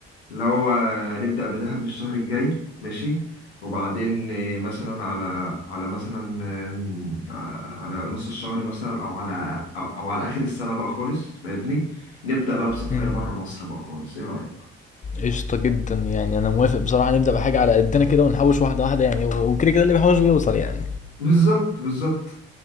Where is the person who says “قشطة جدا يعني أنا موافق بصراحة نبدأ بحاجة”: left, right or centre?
Left